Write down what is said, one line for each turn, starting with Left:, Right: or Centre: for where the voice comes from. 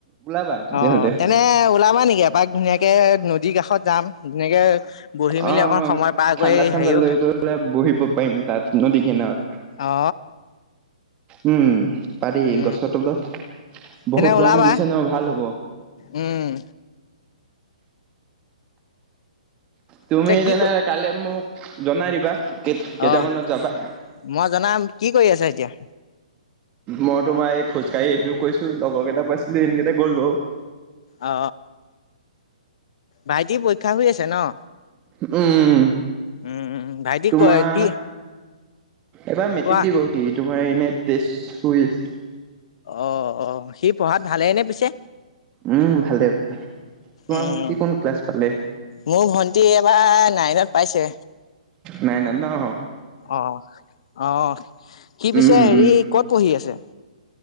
Right: ওলাবা তেতিয়াহ'লে
Left: অ তেনে ওলাবা যাবা নেকি এপাক ধুনীয়াকে নদীৰ কাষত যাম। ধুনীয়াকে বহি মেলি
Right: অ অ
Left: অকণ সময় পাৰ
Right: ঠাণ্ডা
Left: কৰি
Right: চাণ্ডা
Left: হেৰিও
Right: লৈ
Left: খা
Right: গৈ পেলাই বহিব পাৰিম তাত নদী কিনাৰত
Left: অ
Right: উম, পাৰি
Left: উম
Right: গছৰ তলত
Left: তেনে
Right: বহুত
Left: ওলাবা
Right: গৰম দিছে ন ভাল হ'ব।
Left: উম
Right: তুমি
Left: এতিয়া কি
Right: তেনে
Left: ক
Right: কালি মোক। জনাই দিবা। কেইটামানত
Left: অ'
Right: যাবা
Left: মই জনাম কি কৰি আছা এতিয়া?
Right: মই তোমাৰ এই খোজকাঢ়ি আহিলোঁ কৈছোয়ে। লগৰ কেইটা পাইছিলোঁ। সিহঁতকেইটা গ'ল অ'
Left: অ ভাইটিৰ পৰীক্ষা হৈ আছে ন?
Right: উম।
Left: উম, ভাইটি
Right: তোমাৰ
Left: ক কি
Right: এবাৰ মেট্ৰিক
Left: কোৱা
Right: দিব সি তোমাৰ এনে টেষ্টত হৈ আছে।
Left: অ অ সি পঢ়াত ভালেনে পিছে?
Right: উম ভালে তোমাৰ
Left: উম
Right: ভন্টি কোন ক্লাছ পালে?
Left: মোৰ ভন্টি এবাৰ নাইনত পাইছে।
Right: নাইনত ন অ।
Left: অ', অ', সি পিছে
Right: উম
Left: হেৰি
Right: উম
Left: কত পঢ়ি আছে?